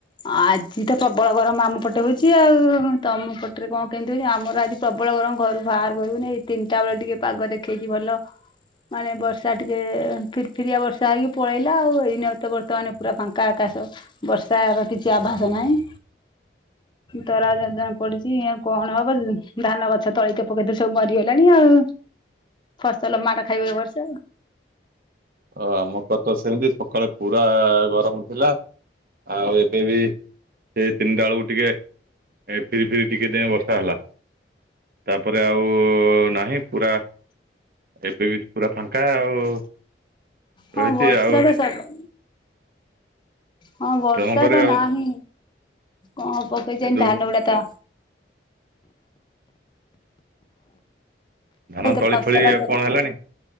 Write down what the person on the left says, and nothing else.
ଆଜି ତ ପ୍ରବଳ ଗରମ ଆମ ପଟେ ହଉଛି ଆଉ-ଉ-ଉ ତମ ପଟରେ କଣ କେମିତି ହଉଛି ଆମର ଆଜି ପ୍ରବଳ ଗରମ ଘରୁ ବାହାର କରି ହଉନି ଏଇ ତିନିଟା ବେଳେ ଟିକେ ପାଗ ଦେଖେଇଛି ଭଲ। ମାନେ ବର୍ଷା ଟିକେ ଫିରି ଫିରିଆ ବର୍ଷା ହେଇକି ପଳେଇଲା, ଆଉ ଏଇନା ତ ବର୍ତ୍ତମାନ ପୁରା ଫାଙ୍କା ଆକାଶ। ବର୍ଷାର କିଛି ଆଭାସ ନାହିଁ। ତରାା ଯା-ଯା ପଡିଛି ଆଉ କଣ ହବ ଧାନ ଗଛ ତଳି ତ ପକେଇଥିଲୁ ସବୁ ମରିଗଲାଣି ଆଉ। ଫସଲ ମାଡ ଖାଇବ ଏ ବର୍ଷ।
ହଁ
ବର୍ଷା
ବି ସାର ହଁ ବର୍ଷା
ତ
ନାହିଁ କଣ ହବ କେଜାଣି
ଧାନ ଗୁଡା ତ
ଏଇ ତ
ଫସଲ
ତ